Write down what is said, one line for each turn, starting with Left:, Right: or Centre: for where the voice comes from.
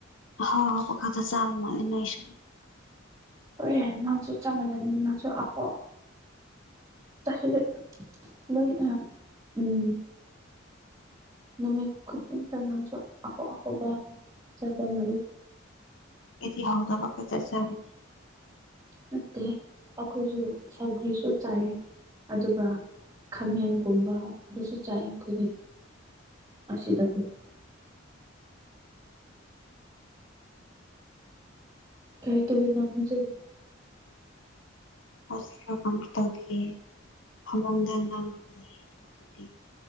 Left: ꯑꯍꯥꯎ ꯑꯍꯎꯕ ꯈꯛꯇ ꯆꯥꯕ ꯃꯥꯂꯦ ꯅꯣ ꯁꯨ
Right: ꯍꯣꯏ ꯌꯥ ꯅꯥꯟꯁꯨ ꯆꯞ ꯃꯟꯅꯤ ꯅꯪꯁꯨ ꯑꯐꯣ <unintelligible> ꯅꯨꯃꯤꯠ ꯈꯨꯗꯤꯡ ꯁꯥꯅꯥꯕ ꯆꯠꯄꯒꯤ ꯑꯐ ꯑꯐꯕ ꯆꯥꯕ ꯃꯥꯂꯦ
Left: ꯑꯩꯗꯤ ꯍꯥꯎꯇꯕ ꯈꯛꯇ ꯆꯥꯕꯅꯤ
Right: ꯅꯠꯇꯦ ꯑꯩꯈꯣꯏꯁꯨ ꯁꯧꯒ꯭ꯔꯤꯁꯨ ꯆꯥꯏ ꯑꯗꯨꯒ ꯈꯥꯃꯦꯟꯒꯨꯝꯕ ꯑꯗꯨꯁꯨ ꯆꯥꯑ ꯑꯩꯈꯣꯏꯗꯤ ꯑꯁꯤꯗ ꯑꯗꯨꯝ ꯀꯔꯤ ꯇꯧꯔꯤ ꯅꯪ ꯍꯧꯖꯤꯛ
Left: ꯍꯧꯖꯤꯛꯂꯣ ꯀꯔꯤꯝ ꯇꯧꯗꯦ ꯐꯃꯨꯡꯗ ꯉꯥꯡꯂꯤꯕꯅꯦ